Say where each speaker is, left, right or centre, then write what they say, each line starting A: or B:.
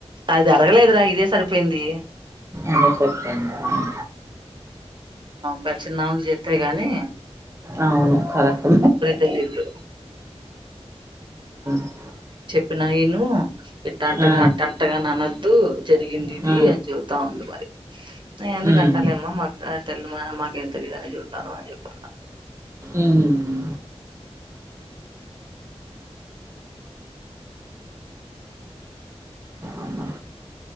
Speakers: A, on the right (about 45°); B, on the right (about 25°).
A: అది అడగలేదు రా ఇదే సరిపోయింది
B: అదే సరిపోయిందా
A: పచ్చే నాన్ చేస్తే గానీ
B: అవును కరెక్ట్
A: తెలీదు
B: <unintelligible>
A: ప్పు నైను ఇట్టంటగ
B: ఆ,
A: అట్టంటగ నన్న దు జరిగింది ఇది
B: ఆ,
A: అని చెబుతా ఉంది మరి నేను ఎందుకంటా
B: ఉమ్,
A: లె అమ్మ మ అంతెల్ మన మాకేం తెలీదని చేయుతాను అని చెప్పన్నా
B: ఉమ్. అమ్మా,